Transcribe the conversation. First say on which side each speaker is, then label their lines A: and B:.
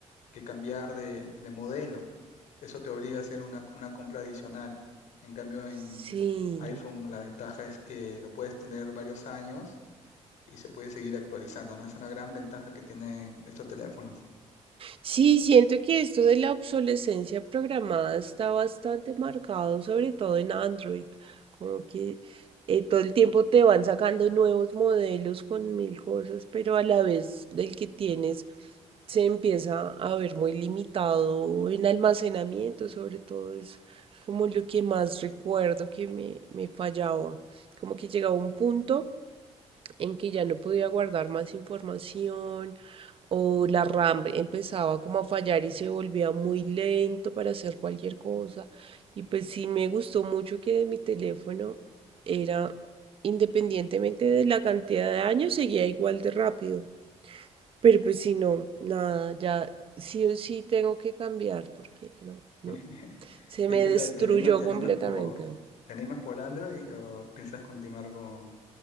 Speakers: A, on the left; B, on the right.
A: que cambiar de, de modelo. Eso te obliga a hacer una, una compra adicional. En cambio, en
B: Sí.
A: iPhone la ventaja es que lo puedes tener varios años y se puede seguir actualizando, ¿no? Es una gran ventaja que tienen estos teléfonos.
B: Sí, siento que esto de la obsolescencia programada está bastante marcado, sobre todo en Android, como que eh, todo el tiempo te van sacando nuevos modelos con mil cosas, pero a la vez del que tienes se empieza a ver muy limitado en almacenamiento, sobre todo es como lo que más recuerdo que me, me fallaba, como que llegaba un punto en que ya no podía guardar más información o la RAM empezaba como a fallar y se volvía muy lento para hacer cualquier cosa. Y pues sí me gustó mucho que de mi teléfono era, independientemente de la cantidad de años, seguía igual de rápido. Pero pues si no, nada, ya sí o sí tengo que cambiar porque no, no,
A: <laughs>
B: se
A: ¿Y
B: me
A: qué
B: destruyó
A: tal? ¿Te anima, te
B: completamente.
A: animas por, te animas por Android o piensas continuar con,